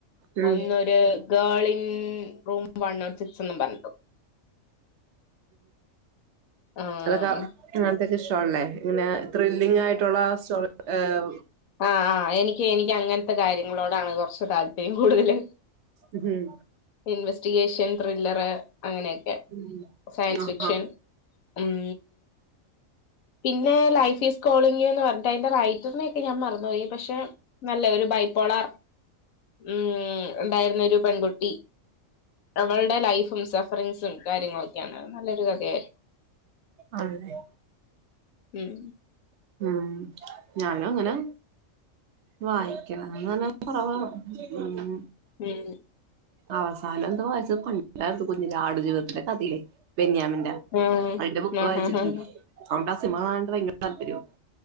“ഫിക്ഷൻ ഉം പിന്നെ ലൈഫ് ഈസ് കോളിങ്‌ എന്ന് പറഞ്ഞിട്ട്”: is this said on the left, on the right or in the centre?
Left